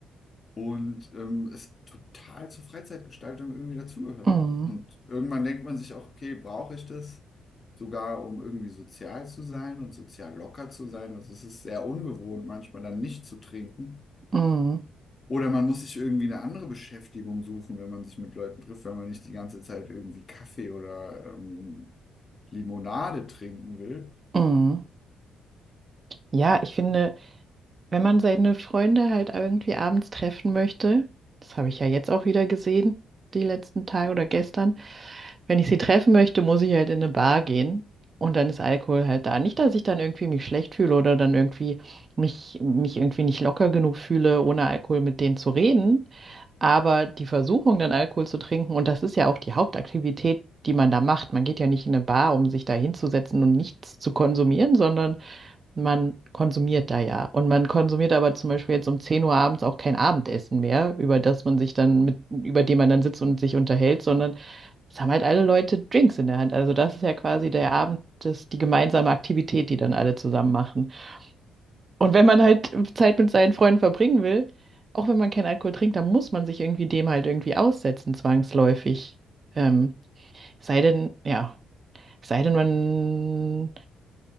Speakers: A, on the left; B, on the right.
A: und ähm, es total zur Freizeitgestaltung irgendwie dazugehörten.
B: Mhm.
A: Und irgendwann denkt man sich auch, okay, brauche ich das sogar, um irgendwie sozial zu sein und sozial locker zu sein? Also es ist sehr ungewohnt, manchmal dann nicht zu trinken.
B: Mhm.
A: Oder man muss sich irgendwie eine andere Beschäftigung suchen, wenn man sich mit Leuten trifft, wenn man nicht die ganze Zeit irgendwie Kaffee oder ähm, Limonade trinken will.
B: Mhm. Ja, ich finde, wenn man seine Freunde halt irgendwie abends treffen möchte, das habe ich ja jetzt auch wieder gesehen, die letzten Tage oder gestern Wenn ich sie treffen möchte, muss ich halt in eine Bar gehen und dann ist Alkohol halt da. Nicht, dass ich dann irgendwie mich schlecht fühle oder dann irgendwie mich, mich irgendwie nicht locker genug fühle, ohne Alkohol mit denen zu reden. Aber die Versuchung, dann Alkohol zu trinken, und das ist ja auch die Hauptaktivität, die man da macht. Man geht ja nicht in eine Bar, um sich da hinzusetzen und nichts zu konsumieren, sondern man konsumiert da ja. Und man konsumiert aber zum Beispiel jetzt um 10 Uhr abends auch kein Abendessen mehr, über das man sich dann mit, über dem man dann sitzt und sich unterhält, sondern es haben halt alle Leute Drinks in der Hand. Also das ist ja quasi der Abend, das, die gemeinsame Aktivität, die dann alle zusammen machen. Und wenn man halt Zeit mit seinen Freunden verbringen will, auch wenn man keinen Alkohol trinkt, dann muss man sich irgendwie dem halt irgendwie aussetzen, zwangsläufig. Ähm, sei denn, ja, sei denn, man